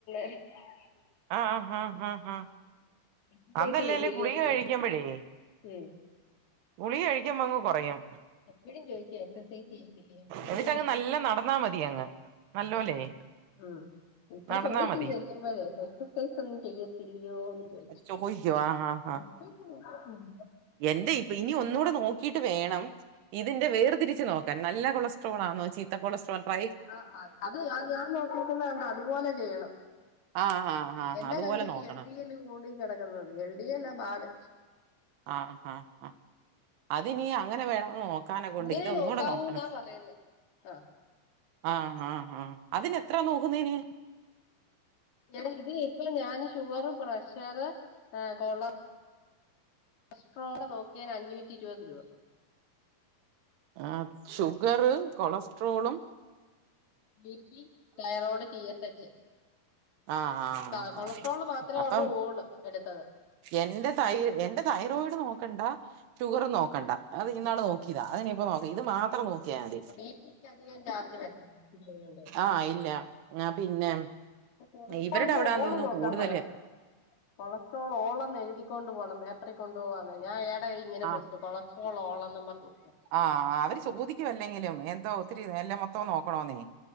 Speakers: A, on the left (about 75°); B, on the right (about 80°).
A: <unintelligible>
B: ആഹ് ആഹ് ഹാ ഹാ
A: എക്സസൈസ്
B: അതല്ലേലും
A: ചെയ്യുന്നില്ലയോന്ന്
B: ഗുളിക
A: ചോദിക്കും
B: കഴികുമ്പഴേയ്.
A: ഉം.
B: ഗുളിക കഴിയ്ക്കുമ്പങ്ങ് കൊറയും.
A: എപ്പഴും ചോയ്ക്കും എസസൈസെയ്യത്തില്ലേന്ന്.
B: എന്നിട്ടങ്ങ്
A: വോഹ്.
B: നല്ല നടന്നാ മതി അങ്ങ്
A: <unintelligible>
B: നല്ലോലേ
A: ഉം. പ്പൊ
B: നടന്നാ
A: ചോയ്ക്കും
B: മതി
A: ചെല്ലുമ്പഴേ എസസൈസ് ഒന്നും ചെയ്യ ഇല്ല്യോന്ന് ചോയിച്ച്
B: ചോദിക്കോ ആ ആ ആ
A: ഉം ഉം ഉം ഉം.
B: എന്റെ യിപ്പൊ ഇനി ഒന്നൂടെ നോക്കീട്ട് വേണം. ഇതിന്റെ വേർതിരിച്ച് നോക്കാൻ നല്ല കൊളസ്ട്രോളാന്നോ ചീ ത്ത കൊളസ്ട്രോ ആ <unintelligible>
A: ആഹ് ആഹ് അത് ഞാൻ ഞാൻ നോക്കിക്കുന്ന അത്പോലെ ചെയ്യണം.
B: ആ ആ ആ
A: എന്റെ
B: അതുപോലെ
A: കണ്ടില്
B: നോക്കണം
A: എൽ ഡി എല് കൂടി കെടക്ക്ന്നത്. എൽ ഡി എല്ലാ ബാട്.
B: ആഹ്, ആഹ്, ആഹ്. അതിനീ അങ്ങനെ വേണന്ന് നോക്കാനെ കൊണ്ട്
A: ഇങ്ങനെ
B: ഇതൊന്നൂടെ
A: നോക്കാവൂന്നാ
B: നോക്കണം.
A: പറയുന്നേ ആഹ്
B: ആഹ്, ആഹ്, ആഹ് അതിനെത്രാ നോക്കുന്നേ നീ.
A: എടി, ഇത് ഇപീ ഞാന് ഷുഗറ് പ്രഷറ് ഹ് കൊള കൊസ്‌ട്രോള് നോക്കിയേന് അഞ്ഞൂറ്റിരുപത് രൂപ.
B: ആഹ്, ഷുഗറ് കൊളസ്ട്രോളും.
A: B P, thyroid, C S H.
B: ആ ആ
A: താ കൊളസ്ട്രോള്
B: ആ
A: മാത്രേള്ളൂ
B: അപ്പം
A: ഓള് എട്ത്ത.
B: എന്റെ തൈ എന്റെ തൈറോയിഡ് നോക്കണ്ട. ഷുഗറും നോക്കണ്ട. അത് ഇന്നാള് നോ ക്കിതാ. അതിനിപ്പോ
A: ആഹ്
B: ഇത് മാതറം നോ ക്യാതി.
A: ബി പിക്ക് അധികം ചാർജ് വരത്തില്ല
B: ആഹ്, ഇല്ല ഞാ പിന്നെ.
A: കൊളസ്‌ട്രോളിന്റെ
B: ഇവരുടെ അവിടാന്ന്
A: ഓള്
B: തോന്നുന്നു
A: നോക്കാമ്പറഞ്ഞ്.
B: കൂടുതല്
A: കൊളസ്ട്രോള് ഓളെന്നെഴുതി കൊണ്ട് പോണം. പേപ്പറി കൊണ്ടോവാന്ന് ഞാ ഏട ഇ ഇങ്ങനെ
B: ആഹ്
A: കൊടുത്തു. കൊളസ്ട്രോളോളെന്നും പറഞ്ഞ്.
B: ആഹ്, അവര് ചോദിയ്ക്കും അല്ലെങ്കിലും, എന്തോ ഒത്തിരി എല്ലാം മൊത്തോം നോക്കണോന്നേ.